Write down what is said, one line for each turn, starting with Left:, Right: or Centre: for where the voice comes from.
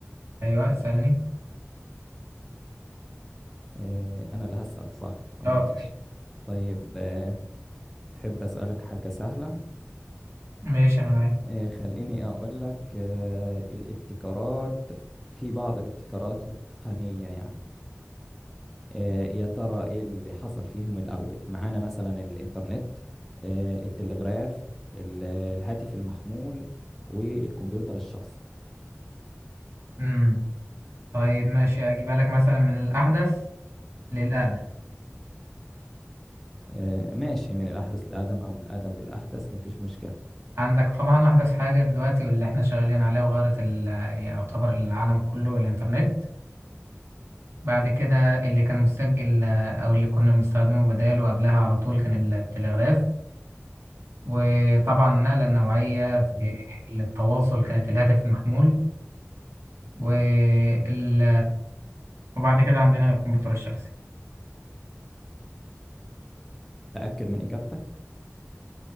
Right: أيوه اسألني
Centre: آه، أنا اللي هسأل صح أه
Right: أه
Centre: ماشي
Right: صحيح
Centre: طيب آه، تحب أسألك حاجة سهلة
Right: ماشي أنا معاك
Centre: آه، خليني أقول لك آه، الابتكارات في بعض الابتكارات التقنية يعني آه، يا ترى إيه اللي حصل فيهم الأول معانا مثلا الإنترنت آه، التلغراف ال- الهاتف المحمول والكمبيوتر الشخصي
Right: امم طيب ماشي أجيب لك مثلا من الأحدث للأقدم
Centre: آه، ماشي من الأحدث للأقدم أو من الأقدم للأحدث مفيش مشكلة
Right: عندك طبعا أحدث حاجة دلوقتي واللي احنا شغالين عليها وغيرت ال- يعتبر العالم كله الإنترنت بعد كده اللي كان مسجل آه، أو اللي كنا بنستخدمه بداله قبلها على طول كان التلغراف وطبعا النقلة النوعية
Centre: مم.
Right: في التواصل كانت الهاتف المحمول وال... وبعد كده عندنا الكمبيوتر الشخصي
Centre: متأكد من إجابتك